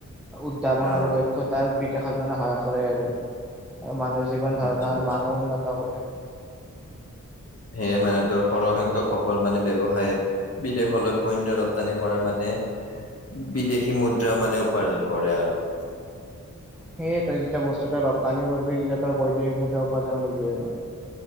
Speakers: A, in the centre; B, on the left.
A: উদ্ভাৱন
B: অ',
A: আৰু দক্ষতাৰ বিকাশত মানে সহায় কৰে আৰু আৰু মানুহৰ জীৱন
B: আচ্ছা
A: ধাৰণা আৰু
B: আচ্ছা
A: মানুহ উন্নত কৰে
B: সেয়ে মানে তোৰ সৰহ সংখ্যক সফল মানে ব্যৱসায় বিদেশলৈ পণ্যয় ৰপ্তানি কৰা মানে, বিদেশী মুদ্ৰা মানে উপাৰ্জন কৰে আৰু। হেল্ল
A: সেয়ে তই যেতিয়া বস্তু তই ৰপ্তানি কৰিবি তেতিয়া তই বৈদেশিক মুদ্ৰা উপাৰ্জন কৰিবি আৰু